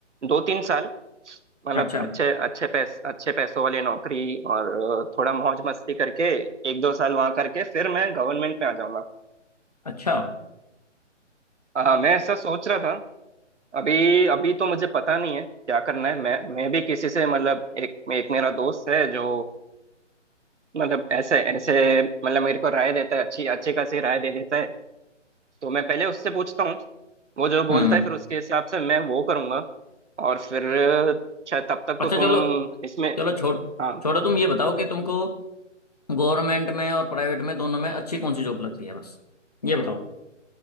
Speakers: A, on the right; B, on the left.
A: दो तीन साल मतलब
B: अच्छा
A: अच्छे अच्छे पैस अच्छे पैसों वाली नौकरी और थोड़ा मौज मस्ती करके एक दो साल वहां करके फिर मैं गवर्नमेंट में आ जाऊंगा
B: अच्छा
A: अ, मैं ऐसा सोच रहा था अभी अभी तो मुझे पता नहीं है क्या करना है मैं मैं भी किसी से मतलब एक एक मेरा दोस्त है जो मतलब ऐसे ऐसे मतलब मेरे को राय देता है अच्छी अच्छी खासी राय दे देता है तो मैं पहले उससे पूछता हूँ वो जो बोलता
B: हम्म
A: है फिर उसके हिसाब से मैं वो करूंगा और फिर शायद तब तक
B: अच्छा
A: तो तुम
B: चलो
A: इसमें
B: चलो छोड़
A: हाँ
B: छोड़ो तुम ये बताओ कि तुमको गवर्नमेंट में और प्राइवेट में दोनों में अच्छी कौन सी जॉब लगती है बस ये बताओ